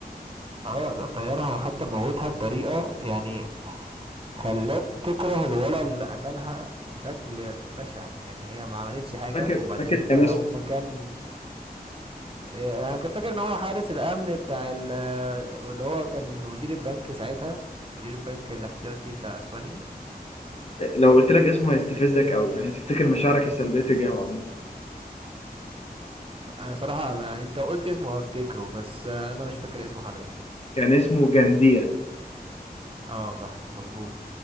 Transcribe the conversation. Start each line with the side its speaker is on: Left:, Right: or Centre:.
Right: اه ده طيرها وحتى موتها بطريقة يعني خلاك تكره الولد اللي قتلها بشكل بشع يعني هي ما عملتش حاجة
Left: فاكر
Right: وبعدين
Left: فاكر
Right: انت
Left: كان
Right: لو
Left: اسمه
Right: مكان اه، انا كنت فاكر ان هو حارس الامن بتاع ال- اللي هو كان مدير البنك ساعتها مدير البنك الاحتياطي بتاع اسبانيا
Left: لو قلت لك اسمه هيستفزك قوي يعني هتفتكر مشاعرك السلبيه تجاهه عامه
Right: انا صراحة يعني انت قلت اسمه هفتكره بس اه، انا مش فاكر اسمه حاليا
Left: كان اسمه جانديا
Right: اه صح مظبوط